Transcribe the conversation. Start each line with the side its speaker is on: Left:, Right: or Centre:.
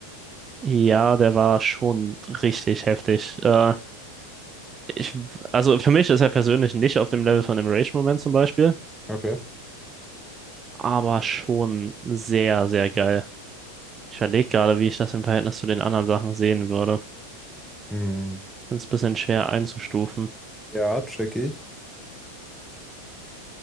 Right: ja, der war schon richtig heftig. Äh, ich, also für mich ist er persönlich nicht auf dem Level von dem Rage-Moment zum Beispiel,
Centre: Okay.
Right: aber schon sehr, sehr geil. Ich überlege gerade, wie ich das im Verhältnis zu den anderen Sachen sehen würde.
Centre: Hm.
Right: Ich finde es ein bisschen schwer einzustufen.
Centre: Ja, check ich.